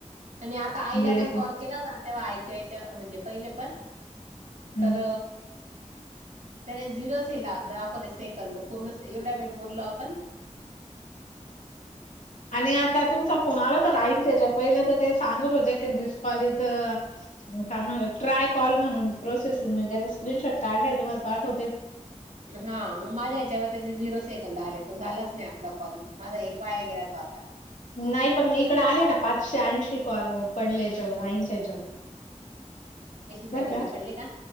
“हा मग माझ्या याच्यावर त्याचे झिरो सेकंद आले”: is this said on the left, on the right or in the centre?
Right